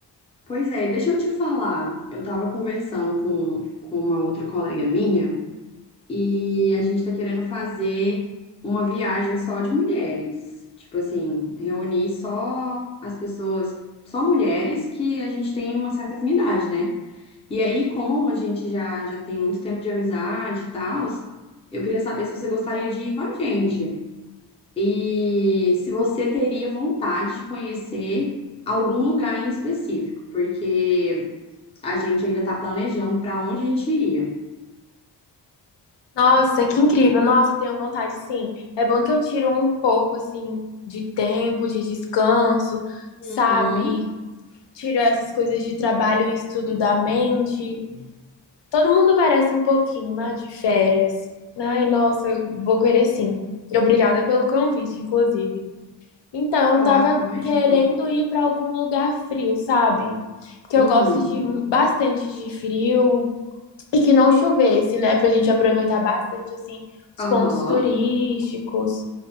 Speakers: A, on the left; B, on the left.
A: Pois é, e deixa eu te falar. Eu tava conversando com, com uma outra colega minha e a gente tá querendo fazer uma viagem só de mulheres. Tipo assim, reunir só as pessoas, só mulheres que a gente tem uma certa afinidade, né? E aí, como a gente já, já tem muito tempo de amizade e tal, eu queria saber se você gostaria de ir com a gente. E se você teria vontade de conhecer algum lugar em específico, porque a gente ainda está planejando para onde a gente iria.
B: Nossa, que incrível, nossa, tenho vontade sim. É bom que eu tiro um pouco, assim, de tempo, de descanso, sabe?
A: Uhum.
B: Tiro essas coisas de trabalho e estudo da mente. Todo mundo merece um pouquinho, né, de férias. Ai, nossa, eu vou querer sim. Obrigada pelo convite, inclusive. Então,
A: Claro,
B: eu tava
A: imagino.
B: querendo ir pra algum lugar frio, sabe? Porque
A: Uhum.
B: eu gosto de bastante de frio e que não chovesse, né? Pra gente aproveitar bastante, assim, os
A: Aham.
B: pontos turísticos.